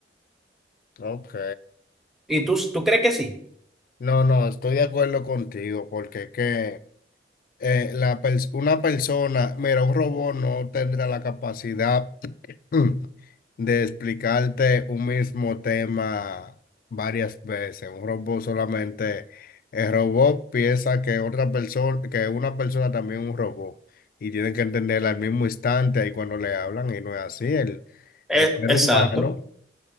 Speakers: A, on the left; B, in the centre.
A: Ok.
B: ¿Y tú, tú crees que sí?
A: No, no, estoy de acuerdo contigo, porque es que eh, la pers- una persona, mira, un robot no tendrá la capacidad <clears throat> de explicarte un mismo tema varias veces. Un robot solamente, el robot piensa que otra persona, que una persona también es un robot, y tienen que entenderla al mismo instante ahí cuando le hablan, y no es así. El,
B: Eh,
A: el ser
B: exacto.
A: humano.